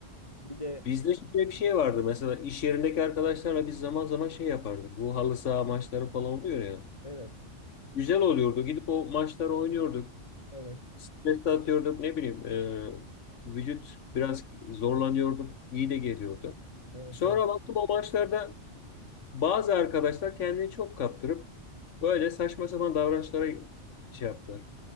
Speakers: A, on the left; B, on the left.
A: Bir de
B: Bizde şöyle bir şey vardı mesela iş yerindeki arkadaşlarla biz zaman zaman şey yapardık. Bu halı saha maçları falan oluyor ya.
A: evet,
B: Güzel oluyordu. Gidip o maçları oynuyorduk.
A: evet,
B: Stres de atıyorduk ne bileyim. e, vücut biraz zorlanıyordu. iyi de geliyordu.
A: evet,
B: Sonra
A: evet.
B: baktım o maçlarda bazı arkadaşlar kendini çok kaptırıp böyle saçma sapan davranışlara şey yaptılar.